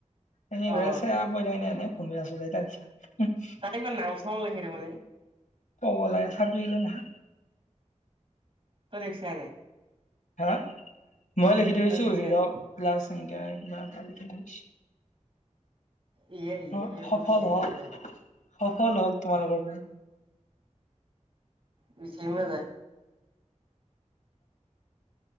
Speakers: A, on the left; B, on the right.
A: সব
B: অ
A: আছেপ <unintelligible> থনে এনেই ঘুমি আছো য তাৰ পিছত।
B: তাতে কিবা নাও, থ ল সেটো মানে।
A: অব লাইন চাবদিলৈ নহা।
B: তই লিকচা নাই।
A: হা মই লিখি থৈছো
B: তই লিখছা
A: হিৰক্লাচ
B: নাই
A: সিংক কিবা এটা লিখি থৈছো।
B: ইয়ে ইয়ে
A: অ সফল
B: মই বিচাৰিম
A: হল
B: দে যায়
A: সফল হল তোমালোকৰ।
B: বি চেইমে জাই।